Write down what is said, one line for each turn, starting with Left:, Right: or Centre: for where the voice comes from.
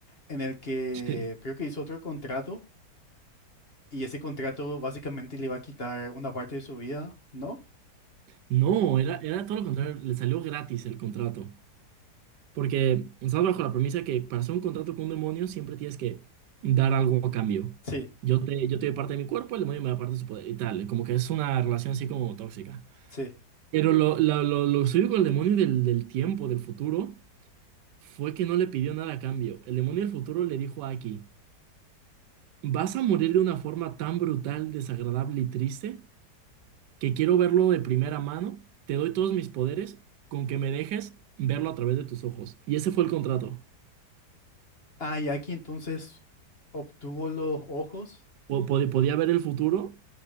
Left: en el que
Right: Sí. <laughs>
Left: creo que hizo otro contrato, y ese contrato básicamente le iba a quitar una parte de su vida, ¿no?
Right: No,
Left: Oh,
Right: era, era todo lo contrario, le salió gratis el contrato, porque estás bajo la premisa que para hacer un contrato con un demonio siempre tienes que dar algo a cambio.
Left: sí,
Right: Yo te, yo te doy parte de mi cuerpo, el demonio me da parte de su poder y tal, como que es una relación así como tóxica.
Left: sí.
Right: Pero lo, lo, lo, lo suyo con el demonio del, del tiempo, del futuro, fue que no le pidió nada a cambio. El demonio del futuro le dijo a Aki. Vas a morir de una forma tan brutal, desagradable y triste que quiero verlo de primera mano. Te doy todos mis poderes con que me dejes verlo a través de tus ojos. Y ese fue el contrato.
Left: Ah, y aquí entonces obtuvo los ojos.
Right: Po- pod- podía ver el futuro,